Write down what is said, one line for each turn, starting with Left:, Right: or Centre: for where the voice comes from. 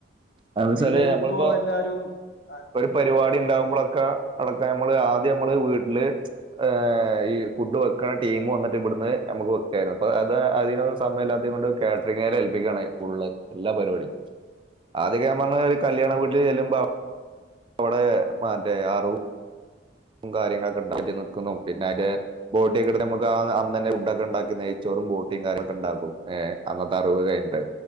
Right: അഎന്തച്ചാല്
Left: മെയിനായിട്ട്
Right: ഞമ്മളിപ്പോ
Left: ഇപ്പോ എല്ലാരും
Right: ഒരു പരിപാടി
Left: ആഹ്
Right: ണ്ടാഉമ്പളൊക്കെ
Left: പറയൂ
Right: അതൊക്കെ അമ്മള് ആദ്യം മ്മള് വീട്ടില് ആഹ് ഈ ഫുഡ് വെക്കണ ടീം വന്ന്ട്ട് ബെടുന്ന് നമുക്ക് വെക്കായിരുന്നു. പ്പ അത് അതിനൊന്നും സയംല്ലാത്തയ് ത്തോണ്ട് കേറ്ററിങ്ങാരെ ഏൽപ്പിക്കാണ് ഫുള്ള് എല്ലാ പരിപാടി ആദ്യൊക്കെ യാം പഞാരി
Left: സത്യം
Right: കല്യാണ വീട്ടിൽ ചെല്ലുമ്പോ പൊവടെ മറ്റേ ആറു റും കാര്യങ്ങളൊക്കെ ണ്ടോ <inaudible> നിക്കുന്നു പിന്നെ അയ്ന്റെ ബോട്ട്യോക്കെട് മക്ക് ആന്ന് അന്നന്നെ ഉഡൊക്കെ ഉണ്ടാക്കി നയിച്ചോ പളും ബോട്ടിം കാര്യങ്ങളൊക്കെ ണ്ടാകും ഏഹ് അന്നത്തെ അറവ് കയ്ൻട്ട്.